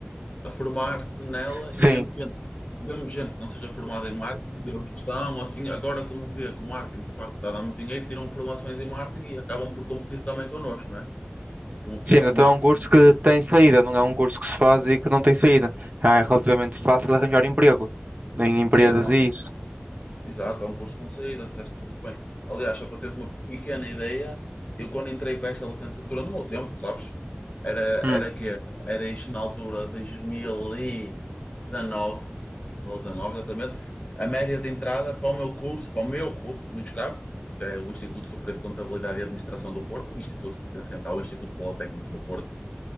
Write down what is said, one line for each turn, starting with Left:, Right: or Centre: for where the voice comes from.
Left: a formar-se nela
Right: sim.
Left: e mesmo gente, mesmo gente que não seja formada em marketing, tiram gestão, ou assim, agora como vê que o marketing de facto está a dar muito dinheiro, tiram formações em marketing e acabam por competir também connosco, não é? Com o pessoal
Right: Sim, então
Left: do marketing.
Right: é um curso que tem saída, não é um curso que se faz e que não tem saída. Ah, é relativamente fácil arranjar emprego em empresas
Left: Sim,
Right: e isso.
Left: Exato, é um curso com saída, disseste muito bem. Aliás, só para teres uma pequena ideia, eu quando entrei para esta licenciatura, no meu tempo, sabes? Era,
Right: Hum,
Left: era que era isto na altura de dois dois mil mil e dezanove, dois mil e dezanove, exatamente, a média de entrada para o meu curso, para o meu curso no ISCAP, que é o Instituto Superior de Contabilidade e Administração do Porto, um instituto pertencente ao Instituto Politécnico do Porto,